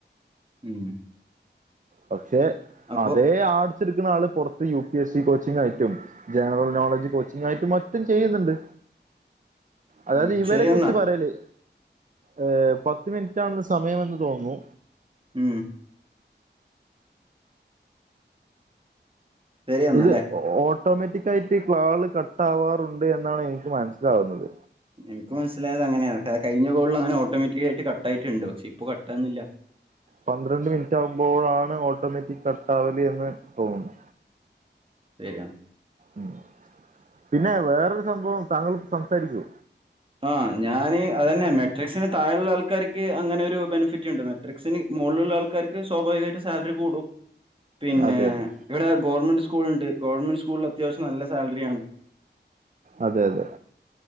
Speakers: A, on the right; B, on the right.
A: ഉം
B: പക്ഷേ
A: അപ്പൊ
B: അതേ ആർട്സ്ടുക്കുന്ന ആള് പുറത്ത് U P S C coaching ആയിട്ടും. ജനറൽ നോളേജ് കോച്ചിങ് ആയിട്ട് മറ്റും ചെയ്യുന്നുണ്ട്. അതായത്
A: ഉം
B: ഇവരെ
A: ശരിയെന്നാ
B: കുറിച്ച് പറയെല് ഏ പത്ത് മിനിറ്റാണ്സമയമന്ന് തോന്നുന്നു.
A: ഉം ശരിയെന്നാല്ലേ
B: ഇത് ഓട്ടോമാറ്റിക്കായിട്ട് കാൾ കട്ടാവാറുണ്ട് എന്നാണ് എനിക്ക് മനസ്സിലാവുന്നത്.
A: എനിക്ക് മനസ്സിലായത് അങ്ങനെയെ കഴഞ്ഞ കോളിൽ അങ്ങനെ ഓട്ടോമാറ്റിക്കായിട്ട് കട്ടായിട്ടുണ്ട് പക്ഷെ ഇപ്പ കട്ടാവുന്നില്ല.
B: പന്ത്രണ്ട് മിനിറ്റ് ആവുമ്പോഴാണ് ഓട്ടോമാറ്റിക് കട്ടാവല് എന്ന് തോന്നുന്നു.
A: ശെരി
B: ഉം, പിന്നെ വേറൊരു സംഭവം താങ്കൾ സംസാരിക്കു
A: ആഹ് ഞാന് അതന്നെ മെട്രിക്സിന് താഴെയുള്ള ആൾക്കാർക്ക് അങ്ങനെ ഒരു ബെനിഫിറ്റ് കിട്ൺ റെക്സിന് മോള്ള്ള ആൾക്കാർക്ക് സ്വാഭാവികയിട്ട് സാലറി കൂടും പിന്നെ
B: അതെ അതെ
A: ഇവിടെ ഗോർമെന്റ് സ്കൂൾ ഉണ്ട് ഗോർമെന്റ് സ്കൂളിൽ അത്യാവശ്യം നല്ല സാലറിയാണ്.
B: അതെ യതെ